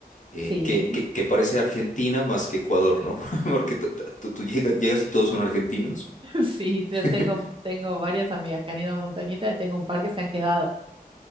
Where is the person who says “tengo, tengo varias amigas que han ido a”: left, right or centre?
Right